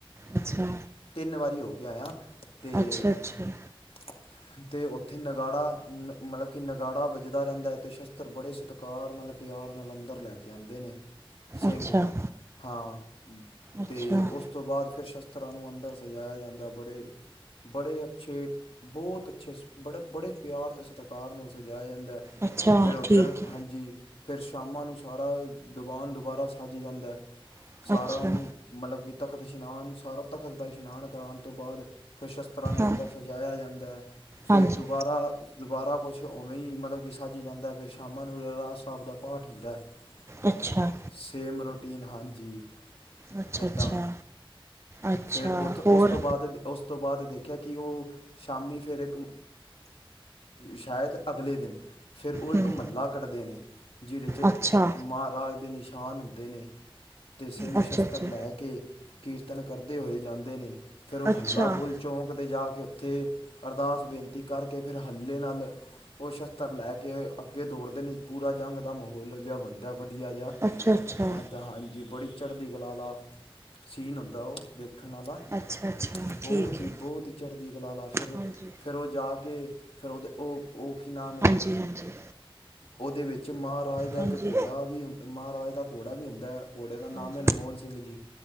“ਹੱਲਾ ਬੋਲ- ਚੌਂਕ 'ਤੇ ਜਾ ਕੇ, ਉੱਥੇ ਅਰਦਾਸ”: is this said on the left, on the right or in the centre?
Left